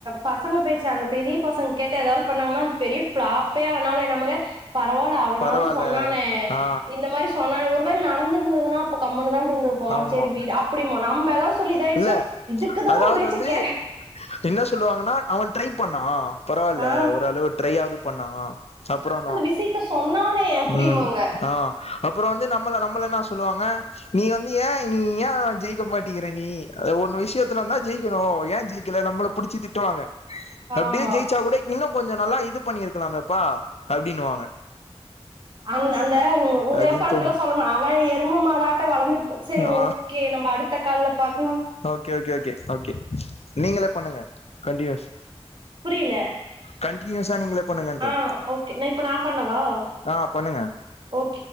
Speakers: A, on the right; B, on the left.
A: பசங்க பேச்சா அந்த பெரிய பசங்க கேட்ட ஏதாவது பண்ணாங்கன்னா அது பெரிய ஃபிளாப் பே ஆனாலு நமக்கே பரவாயில்ல அவ்னாவது
B: பரவால்ல
A: சொன்னான
B: ஆ
A: இந்த மாரி சு சொன்னா ஒருவேள நடந்திருந்ததுன்னா அப்ப கம்முனு தா இருந்துருப் பா
B: ஆமா
A: சேரி விடு அப்டிம்போ நம்ப எதா சொல்லி இதாய்ச்சுனா
B: இல்ல
A: இதுக்கு தா
B: அதாவது
A: பேச்சு
B: வந்து
A: க
B: என்ன சொல்லுவாங்கன்னா அவெ ட்ரை பண்ணா பரவால்ல
A: ஆ
B: ஓரளவு ட்ரை ஆவுது பண்ணாங்க சப்றோனோ
A: மிஸுகிட்ட சொன்னானே அப்படிம்பாங்க
B: ம் ஆ அப்றோ வந்து நம்மள நம்மள என்ன சொல்லுவாங்க நீ வந்து ஏ நீ ஏ ஜெயிக்க மாட்டேங்கிறே நீ ஒன்னு விஷயத்துலனா ஜெயிக்கணு ஏ ஜெயிக்கல நம்மள புடிச்சி திட்டுவாங்க அப்டியே
A: ஆமா
B: ஜெயச்சா கூட இன்னு கொஞ்சோ நல்லா இது பண்ணிருக்கலாமேப்பா அப்டின்னுுவாங்க
A: அந் அந்த இந்த
B: அப்டின்னு
A: படத்துல
B: தோணு
A: சொல்வா அவ எரும் மாடாட்ட வளர்ந்துட்டு சரி
B: ஆ
A: ஓகே நம்ம அடுத்த கால்ல பாக்கலா
B: ஓகே ஓகே ஓகே ஓகே நீங்களே பண்ணுங்க கன்டீயூஸ்
A: புரியல
B: கண்டியூஸா நீங்களே பண்ணுங்கன்ற
A: ஆ ஓகே நான் இப்ப நான் பண்ணவா
B: ஆ பண்ணுங்க
A: ஓகே